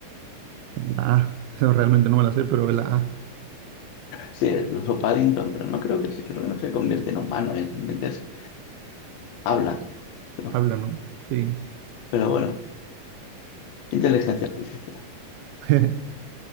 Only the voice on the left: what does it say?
Sí, el oso Paddington, pero no creo que se, creo que no se convierte en humano, es, simplemente es- habla. Pero,
pero bueno, inteligencia artificial.